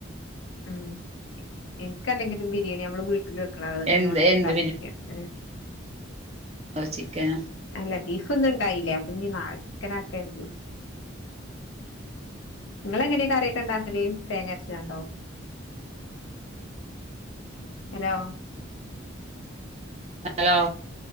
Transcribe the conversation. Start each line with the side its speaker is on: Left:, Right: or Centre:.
Left: മ്... എ... ക്കല്ലെങ്കിലും ബിരിയാണി നമ്മള് വീട്ടിൽ വെക്കണഅത് അതിനോടൊക്കെ
Right: എന്ത് എന്ത്
Left: താല്പര്യമ്.. എ...
Right: അ... ചിക്കനാ....
Left: ല്ല ബീഫ്ന്ന്ണ്ടായില്ലേ. അപ്പൊന്നി നാളെ ചിക്കനാക്കര്തി. ഇങ്ങളെങ്ങനെയാ കറിയൊക്കെ ണ്ടാക്കല് തേങ്ങരച്ചാണ്ടോ? ഹലോ
Right: ഹലോ